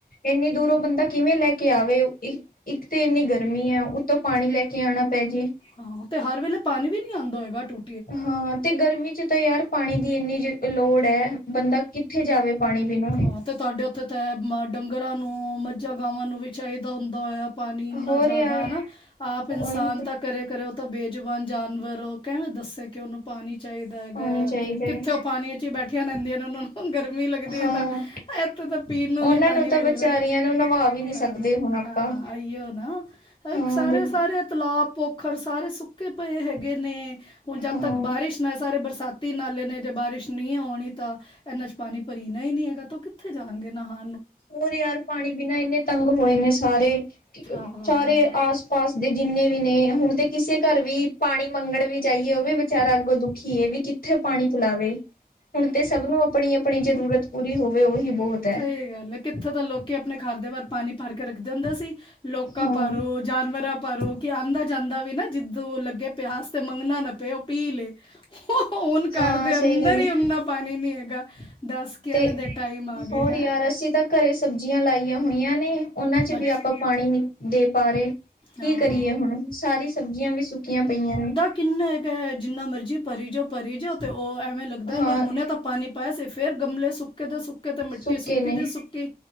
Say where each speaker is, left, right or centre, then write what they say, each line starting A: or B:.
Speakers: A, on the left (about 70°); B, on the left (about 35°).
A: ਇੰਨੀ ਦੂਰੋਂ ਬੰਦਾ ਕਿਵੇਂ ਲੈ ਕੇ ਕੇ ਆਵੇ, ਇੱਕ-ਇੱਕ ਤੇ ਇੰਨੀ ਗਰਮੀ ਆ, ਉਤੋਂ ਪਾਣੀ ਲੈ ਕੇ ਆਉਣਾ ਪੈ ਜੇ
B: ਹਾਂ ਤੇ ਹਰ ਵੇਲੇ ਪਾਣੀ ਵੀ ਨੀ ਆਉਂਦਾ ਹੈਗਾ ਟੂ
A: ਹਾਂ, ਤੇ ਗਰਮੀ ਚ ਤਾਂ ਯਾਰ ਪਾਣੀ ਦੀ ਇੰਨੀ ਜ ਲੋੜ ਹੈ ਬੰਦਾ ਕਿੱਥੇ ਜਾਵੇ ਪਾਣੀ ਬਿਨਾ
B: ਹਾਂ ਤੇ ਤੁਹਾਡੇ ਉੱਥੇ ਤਾਂ, ਮ ਡੰਗਰਾਂ ਨੂੰ, ਮੱਝਾਂ ਗਾਵਾਂ ਨੂੰ, ਵੀ ਚਾਹੀਦਾ ਹੁੰਦਾ ਹੈ ਪਾਣੀ ਇੰਨਾ
A: ਹੋਰ
B: ਜ਼ਿਆਦਾ
A: ਯਾਰ
B: ਹੈ ਨਾ, ਆਪ ਇਨਸਾਨ
A: ਉਹੀ ਤੇ
B: ਤਾਂ ਕਰੇ-ਕਰੇ ਤੇ, ਬੇਜੁਬਾਨ ਜਾਨਵਰ, ਉਹ ਕੇਵੇਂ ਦੱਸੇ ਕਿ ਉਹਨੂੰ ਪਾਣੀ ਚਾਹੀਦਾ ਹੈਗਾ,
A: ਪਾਣੀ ਚਾਹੀਦਾ
B: ਤੇ ਕਿੱਥੇ
A: ਹੈ।
B: ਉਹ ਪਾਣੀ ਚੇ ਬੈਠੀਆਂ ਰਹਿੰਦੀਆਂ ਨੇ ਉਹਨਾਂ ਨੂੰ ਗਰਮੀ ਲੱਗਦੀ ਏ
A: ਹਾਂ
B: ਤਾਂ, ਐਥੇ ਤਾਂ ਪੀਣ ਨੂੰ
A: ਉਹਨਾਂ
B: ਨੀ ਪਾਣੀ
A: ਤਾਂ
B: ਮਿਲ ਰਿਹਾ। ਵਿਚਾਰੀਆਂ
A: ਨੂੰ ਨਵਾ
B: ਨੁ
A: ਵੀ ਨਹੀਂ ਸਕਦੇ
B: ਨਵਾ
A: ਹੁਣ ਆਪਾਂ
B: ਹਾਂ, ਆਈਓ ਨਾ
A: ਹਾਂ
B: ਸਾਰੇ-ਸਾਰੇ
A: ਬਿਲਕੁਲ
B: ਤਲਾਬ ਪੁ ਖਰ ਸਾਰੇ ਸੁੱਕੇ ਪਏ ਹੈਗੇ ਨੇ, ਹੁਣ ਜਦ
A: ਹਾਂ
B: ਤੱਕ ਬਾਰਿਸ਼ ਨੇ ਸਾਰੇ ਬਰਸਾਤੀ ਨਾਲੇ ਨੇ, ਜੇ ਬਾਰਿਸ਼ ਨਹੀਂ ਔਂ ਨੀ ਤਾਂ, ਇਹਨਾ ਚ ਪਾਣੀ ਭਰੀਨਾ ਹੀ ਨੀ ਹੈਗਾ, ਤ ਉਹ ਕਿੱਥੇ ਜਾਣਗੇ ਨਹਾ
A: ਹੋਰ ਯਾਰ, ਪਾਣੀ ਬਿਨਾਂ ਇੰਨੇ ਤੰਗ ਹੋਏ ਨੇ ਸਾਰੇ, ਕਿ
B: ਹਾਂ ਹਾਂ
A: ਸਾਰੇ ਆਸ ਪਾਸ ਦੇ ਜਿੰਨੇ ਵੀ ਨੇ, ਹੁਣ ਤੇ ਕਿਸੇ ਘਰ ਵੀ, ਪਾਣੀ ਮੰਗਣ ਵੀ ਜਾਈਏ, ਉਹ ਵੀ ਵਿਚਾਰਾ ਅੱਗੋਂ ਦੁਖੀ ਏ ਇਹ ਵੀ ਕੀ ਥੇ ਪਾਣੀ ਪਿਲਾਵੇ, ਹੁਣ ਤੇ ਸਭ ਨੂੰ ਆਪਣੀ -ਆਪਣੀ ਜ਼ਰੂਰਤ ਪੂਰੀ ਹੋਵੇ ਉਹੀ ਬਹੁਤ ਹੈ।
B: ਇਹ ਗੱਲ ਏ, ਕਿੱਥੇ ਤਾਂ ਲੋਕੀ ਆਪਣੇ ਘਰ ਦੇ ਬਾਹਰ ਪਾਣੀ ਭਰ ਕੇ ਰੱਖਦੇ ਹੁੰਦੇ ਸੀ, ਲੋਕਾਂ
A: ਹਾਂ,
B: ਭਰੋ ਜਾਨਵਰਾਂ ਭਰੋ, ਕਿ ਆਉਂਦਾ ਜਾਂਦਾ ਵੀ ਨਾ ਜਿੱਦੋਂ ਲੱਗੇ ਪਿਆਸ, ਤੇ ਮੰਗਣਾ ਨਾ ਪਏ ਉਹ ਪੀ ਲਏ ਹੁਣ ਘਰ
A: ਹਾਂ
B: ਦੇ
A: ਸਹੀ
B: ਅੰਦਰ
A: ਗੱਲ
B: ਹੀ, ਓਨਾ ਪਾਣੀ ਨੀ ਹੈਗਾ ਦੱਸ ਕਿਵੇਂ
A: ਤੇ,
B: ਦੇ ਟਾਈਮ
A: <inaudible>
B: ਆ ਗਏ
A: ਹੋਰ
B: ਹੈ
A: ਯਾਰ
B: ਹਮ
A: ਅਸੀਂ ਤਾਂ, ਘਰੇ ਸਬਜ਼ੀਆਂ ਲਾਈਆਂ ਹੋਈਆਂ ਨੇ ਉਹਨਾਂ ਚ
B: ਅੱਛਾ
A: ਵੀ, ਆਪਾਂ ਪਾਣੀ ਨਿ ਦੇ ਪਾ ਰਹੇ
B: ਹਾਂ
A: ਕੀ ਕਰੀਏ ਹੁਣ, ਸਾਰੀ ਸਬਜ਼ੀਆਂ ਵੀ ਸੁੱਕੀਆਂ ਪਈਆਂ ਨੇ
B: ਕਿੰਨੇ ਗਏ ਜਿੰਨਾ ਮਰਜੀ ਭਰੀ ਜਾਓ, ਭਰੀ ਜਾਓ, ਤੇ ਉਹ ਐਵੇਂ ਲੱਗਦੈ
A: ਹਾਂ
B: ਕੇ ਹੁਣੇ ਤਾਂ ਪਾਣੀ ਪਾਾਇਆ ਸੀ, ਫੇਰ ਗਮਲੇ ਸੁੱਕ ਸੁੱਕੇ ਦੇ ਸੁੱਕੇ, ਤੇ ਮਿੱਟੀ
A: ਸੁੱਕੇ
B: ਸੁੱਕੀ
A: ਨੇ।
B: ਦੀ ਸੁੱਕੀ,